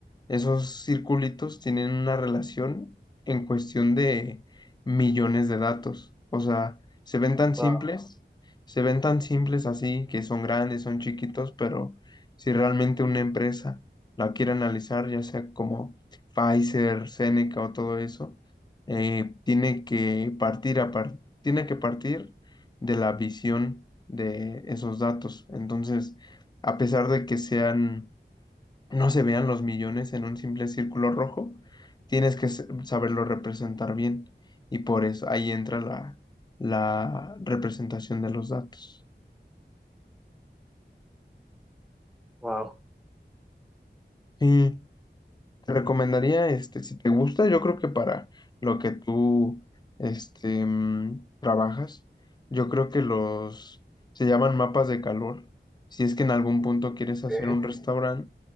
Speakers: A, on the left (about 25°); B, in the centre.
A: esos circulitos tienen una relación en cuestión de millones de datos. O sea, se ven tan simples,
B: Wow,
A: se ven tan simples así, que son grandes, son chiquitos, pero si realmente una empresa la quiere analizar, ya sea como Pfizer, Seneca o todo eso, eh, tiene que partir a par- tiene que partir de la visión de esos datos. Entonces, a pesar de que sean no se vean los millones en un simple círculo rojo, tienes que s- saberlo representar bien y por eso ahí entra la, la representación de los datos.
B: wow.
A: Sí. Te recomendaría, este, si te gusta, yo creo que para lo que tú, este, mm, trabajas, yo creo que los, se llaman mapas de calor. Si es que en algún punto quieres hacer
B: Sí,
A: un restaurante,